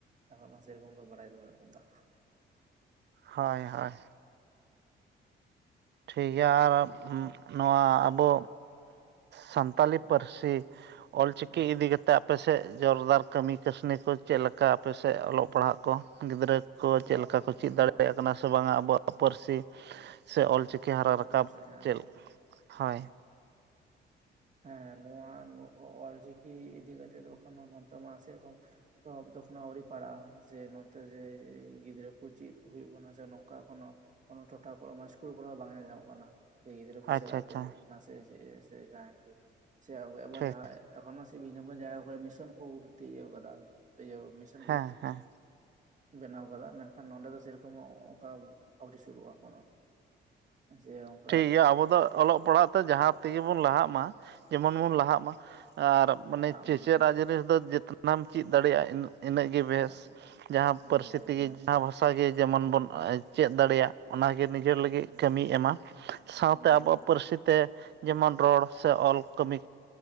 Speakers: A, on the right (about 40°); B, on the right (about 60°).
A: ᱮᱠᱷᱚᱱ ᱥᱮᱨᱚᱠᱚᱢ ᱫᱚ ᱵᱟᱰᱟᱭ ᱫᱚ ᱵᱟᱹᱱᱩᱜ ᱟᱠᱟᱫᱟ
B: ᱦᱳᱭ ᱦᱳᱭ ᱴᱷᱤᱠ ᱜᱮᱭᱟ ᱟᱨ ᱱᱚᱣᱟ ᱟᱵᱚ ᱥᱟᱱᱛᱟᱞᱤ
A: ᱦᱮᱸ
B: ᱯᱟᱹᱨᱥᱤ ᱚᱞ ᱪᱤᱠᱤ
A: ᱦᱮᱸ
B: ᱤ ᱛᱮ ᱟᱯᱮᱥᱮᱫ ᱡᱳᱨᱫᱟᱨ ᱠᱟᱹᱢᱤ ᱠᱟᱹᱥᱱᱤ ᱠᱚ ᱪᱮᱫ ᱞᱮᱠᱟ ᱟᱯᱮᱥᱮᱫ ᱚᱞᱚᱜ ᱯᱟᱲᱦᱟᱜ ᱠᱚ ᱜᱤᱫᱽᱨᱟᱹ ᱠᱚ ᱪᱮᱫ
A: ᱵᱟ
B: ᱞᱮᱠᱟ
A: ᱵᱟ
B: ᱠᱚ ᱪᱮᱫ ᱫᱟᱲᱮᱭᱟᱜ
A: ᱱᱚᱣᱟ
B: ᱠᱟᱱᱟ ᱥᱮ ᱵᱟᱝᱟ ᱟᱵᱚᱣᱟᱜ ᱯᱟᱹᱨᱥᱤ ᱥᱮ ᱚᱞᱪᱤᱠ ᱪᱤᱠᱤ ᱦᱟᱨᱟ
A: ᱟᱵᱚᱣᱟᱜ
B: ᱨᱟᱠᱟᱵ
A: ᱯᱟᱹᱨᱥᱤ ᱦᱮᱸ
B: ᱪᱮᱫ ᱦᱳᱭ
A: ᱦᱮᱸ ᱱᱚᱣᱟ ᱚᱞᱪᱤᱠᱤ ᱤᱫᱤ ᱠᱟᱛᱮ ᱛᱚᱠᱷᱚᱱ ᱱᱫ ᱢᱟᱥ ᱥᱮᱨᱚᱠᱚᱢ ᱯᱚᱨᱚᱵ ᱫᱚᱠᱷᱚᱱᱚ ᱟᱹᱣᱨᱤ ᱯᱟᱲᱟᱜᱼᱟ ᱡᱮ ᱱᱚᱛᱮ ᱡᱮ ᱜᱤᱫᱽᱨᱟᱹ ᱠᱚ ᱪᱮᱫ ᱠᱚ ᱦᱩᱭᱩᱜ ᱠᱟᱱᱟ ᱥᱮ ᱱᱚᱝᱠᱟ ᱠᱚᱱᱚ ᱠᱚᱱᱱᱳ ᱴᱚᱴᱷᱟ ᱠᱚ ᱢᱮ ᱤᱥᱠᱩᱞ ᱠᱚᱨᱮ ᱦᱚᱸ ᱵᱟᱝ ᱧᱮᱞ ᱧᱟᱢᱚᱜ ᱠᱟᱱᱟ ᱥᱮ ᱜᱤᱫᱽᱨᱟᱹ ᱠᱚ
B: ᱟᱪᱪᱷᱟ
A: ᱥᱮᱞᱟᱜᱚ
B: ᱟᱪᱪᱷᱟ
A: ᱦᱩᱭᱩᱜ ᱠᱟᱱᱟ ᱥᱮ ᱥᱮ ᱡᱟᱦᱟᱸᱭ ᱠᱚ ᱥᱮᱵ
B: ᱴᱷᱤᱠ
A: ᱡᱟᱦᱟᱸᱭ ᱮᱠᱷᱚᱱ ᱥᱮ ᱵᱷᱤ ᱵᱷ ᱢᱤᱥᱚᱱ ᱠᱚ ᱤᱭᱟᱹ ᱟᱠᱟᱫᱟ ᱤᱭᱟᱹ ᱢᱤᱥᱚᱱ
B: ᱦᱮᱸ
A: ᱠᱚ
B: ᱦᱮᱸ
A: ᱵᱮᱱᱟᱣ ᱟᱠᱟᱫᱟ ᱢᱮᱱᱠᱷᱟᱱ ᱱᱚᱸᱰᱮ ᱫᱚ ᱥᱮᱨᱚᱠᱚᱢ ᱚᱱᱠᱟ ᱟᱹᱣᱨᱤ ᱥᱩᱨᱩᱜᱼᱟ ᱠᱳ ᱡᱮᱢ
B: ᱴᱷᱤᱠ ᱜᱮᱭᱟ ᱟᱵᱚ ᱫᱚ ᱚᱞᱚᱜ ᱯᱟᱲᱦᱟᱜ ᱛᱮ ᱡᱟᱦᱟᱸ ᱛᱮᱜᱮ ᱵᱚᱱ ᱞᱟᱦᱟᱜ ᱢᱟ ᱡᱮᱢᱚᱱ ᱵᱚᱱ ᱞᱟᱦᱟᱜ ᱢᱟ ᱟᱨ ᱢᱟᱱᱮ
A: ᱞᱟᱦᱟᱜ
B: ᱪᱮᱪᱟᱜ
A: ᱢᱟ ᱦᱮᱸ
B: ᱡᱤᱱᱤᱥ ᱫᱚ ᱡ ᱚᱱᱟᱢ ᱪᱮᱫ ᱫᱟᱲᱮᱭᱟᱜᱼᱟ ᱤᱱᱟᱹᱜ ᱜᱮ ᱵᱮᱥ
A: ᱠᱟᱹᱢᱤ
B: ᱡᱟᱦᱟᱸ
A: ᱤᱱᱟᱹᱜᱮ
B: ᱯᱟᱹᱨᱥᱤ
A: ᱵᱮᱥ
B: ᱛᱮᱜᱮ
A: ᱦᱮᱸ
B: ᱡᱟᱦᱟᱸ ᱦᱟᱥᱟᱮ ᱡᱮᱢᱚᱱ ᱵᱚᱱ ᱪᱮᱫ ᱫᱟᱲᱮᱭᱟᱜ ᱚᱱᱟᱜᱮ ᱱᱤᱡᱮᱨ ᱞᱟᱹᱜᱤᱫ
A: ᱦᱩᱸ ᱦᱩᱸ
B: ᱠᱟᱹᱢᱤᱭ ᱮᱢᱟ ᱥᱟᱶᱛᱮ
A: ᱠᱟᱹᱢᱤ
B: ᱟᱵᱚᱣᱟᱜ
A: ᱮᱢ
B: ᱯᱟᱹᱨᱥᱤ ᱛᱮ ᱡᱮᱢᱚᱱ ᱨᱚᱲ ᱥᱮ ᱚᱞ ᱠᱟᱹᱢᱤ